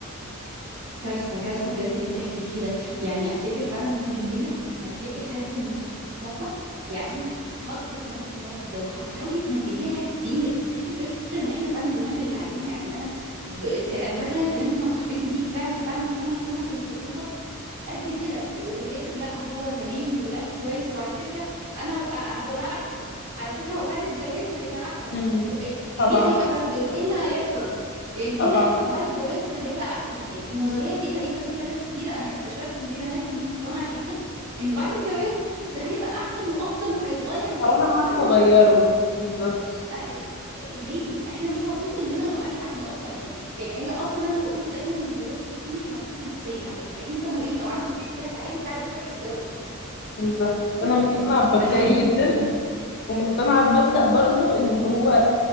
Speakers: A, on the right; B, on the left.
A: كارثة كارثة بجد اللي بتحكي فيه ده يعني افتكر فعلا كلنا هتلاقي حد من صحابها يا عيني اتحطت في نفس الموقف ده وحاولي تنبهيها كتير الفكرة ان احنا فعلا بنعمل اللي علينا يعني انا ب... اتك- انا فاكرة اتكلمت مع صاحبتي دي فعلا فعلا طول سنة الخطوبة قد كده وفي الاخر لا هو تمام ولا كويس وعلى فكره انا بقى هو بقى احسن على فكره هو بعد الجواز هيبقى احسن
B: مم.
A: حبيب- أي- ليه
B: طبعا
A: هيبقى بعد الجواز ايه اللي هيحصل يعني
B: طبعا
A: ايه اللي هيحصل بعد الجواز فهيبقى احسن يعني النظريه دي غريبه في بنات كتير انا اكتشفت ان في بنات مقتنعه جدا انه بعد الجواز ده هيبقى احسن وافضل وهيتغير وهيستقر
B: او انا هعرف اغيره
A: و...
B: بالظبط
A: آه، ليه احنا مش مطلوب مننا نغير حد اصلا يعني يعني هي اصلا انا بقول دايما ان الجواز دي مش مؤسسة نفسية على فكرة انت مريض او عندك مشكلة تعالج بعد كده روح اتجوز
B: بالظبط انا مقتنعه
A: يعني
B: بمبدأي
A: ده حقيقي
B: جدا ومقتنعه بمبدأ برضو ان هو